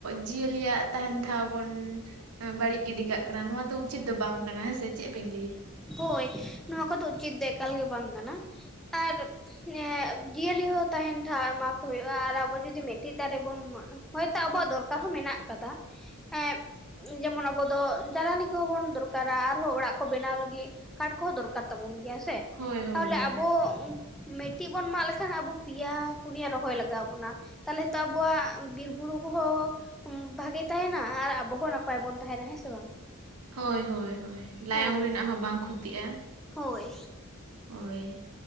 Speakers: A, on the right; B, in the centre.
A: ᱡᱤᱭᱟᱹᱞᱤᱭᱟᱜ ᱛᱟᱦᱮᱱ ᱴᱷᱟᱶ ᱵᱚᱱ ᱵᱟᱹᱲᱤᱡ ᱜᱤᱰᱤ ᱠᱟᱜ ᱠᱟᱱᱟ ᱱᱚᱣᱟ ᱫᱚ ᱩᱪᱤᱛ ᱫᱚ ᱵᱟᱝ ᱠᱟᱱᱟ ᱦᱮᱸ ᱥᱮ ᱪᱮᱫ ᱵᱮᱤᱱ ᱞᱟᱹᱭ᱾
B: ᱦᱳᱭ ᱱᱚᱣᱟ ᱠᱚᱫᱚ ᱩᱪᱤᱛ ᱫᱚ ᱮᱠᱟᱞ ᱜᱮ ᱵᱟᱝ ᱠᱟᱱᱟ ᱟᱨ᱾ ᱮ ᱡᱤᱭᱟᱹᱞᱤ ᱦᱚᱸ ᱛᱟᱦᱮᱱ ᱴᱷᱟ ᱮᱢᱟ ᱠᱚ ᱦᱩᱭᱩᱜᱼᱟ ᱟᱨ ᱟᱵᱚ ᱡᱩᱚᱫᱤ ᱢᱤᱫᱴᱤᱡ ᱫᱟᱨᱮ ᱵᱩᱱ ᱦᱳᱭᱛᱚ ᱟᱵᱚᱣᱟᱜ ᱫᱚᱨᱠᱟᱨ ᱦᱚᱸ ᱢᱮᱱᱟᱜ ᱟᱠᱟᱫᱟ ᱦᱮᱸ ᱡᱮᱢᱚᱱ ᱟᱵᱚ ᱫᱚ ᱡᱟᱞᱟᱱᱤ ᱠᱚᱵᱚᱱ ᱫᱚᱨᱠᱟᱨ ᱫᱚᱠᱟᱨᱟ ᱟᱨᱦᱚᱸ ᱚᱲᱟᱜ ᱠᱚ ᱵᱮᱱᱟᱣ ᱞᱟᱹᱜᱤᱫ ᱠᱟᱴ ᱠᱚᱦᱚᱸ ᱫᱚᱨᱠᱟᱨ ᱛᱟᱵᱚᱱ ᱜᱮᱭᱟ ᱥᱮ
A: ᱦᱳᱭ ᱦᱳᱭ
B: ᱛᱟᱦᱚᱞᱮ
A: ᱦᱳᱭ
B: ᱟᱵᱚ᱾ ᱢᱤᱫᱴᱤᱡ ᱵᱚᱱ ᱢᱟᱜ ᱞᱮᱠᱷᱟᱱ ᱟᱵᱚ ᱯᱮᱭᱟ ᱯᱩᱱᱭᱟ ᱨᱚᱦᱚᱭ ᱞᱟᱜᱟᱣ ᱵᱚᱱᱟ᱾ ᱛᱟᱦᱚᱞᱮ ᱛᱚ ᱟᱵᱚᱣᱟᱜ ᱵᱤᱨᱵᱩᱨᱩ ᱠᱚᱦᱚᱸ᱾ ᱵᱷᱟᱜᱮ ᱛᱟᱦᱮᱱᱟ ᱟᱨ ᱟᱵᱚ ᱦᱚᱸ ᱱᱟᱯᱟᱭ ᱵᱚᱱ ᱛᱟᱦᱮᱱᱟ ᱦᱮᱸ ᱥᱮ ᱵᱟᱝ᱾
A: ᱦᱳᱭ ᱦᱳᱭ ᱦᱳᱭ ᱞᱟᱭᱚᱝ
B: ᱦᱳᱭ
A: ᱨᱮᱱᱟᱜ ᱦᱚᱸ ᱵᱟᱝ ᱠᱷᱚᱛᱤᱜᱼᱟ
B: ᱦᱳᱭ
A: ᱦᱳᱭ